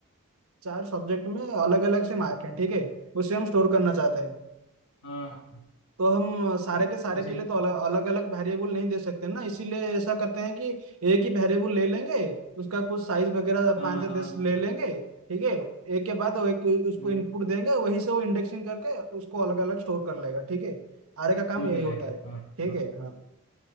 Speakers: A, on the right; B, on the left.
A: चार सब्जेक्ट में अलग अलग से मार्क है ठीक है उसे हम स्टोर करना चाहते हैं
B: हाँ हाँ,
A: तो हम सारे के सारे
B: उसी
A: के लिए तो अलग अलग वेरिएबल नहीं दे सकते ना इसीलिए ऐसा करते हैं कि एक ही वेरिएबल ले लेंगे उसका कुछ साइज वगैरह
B: हाँ
A: पाँच या दस
B: हाँ
A: ले लेंगे ठीक है एक के बाद वो एक उसको
B: हम्म,
A: इनपुट देंगे वहीं से वो इंडेक्सिंग करके उसको अलग अलग स्टोर कर लेगा ठीक है आरे का काम
B: वो
A: यही
B: कर लेगा
A: होता है ठीक
B: हाँ हाँ
A: है हाँ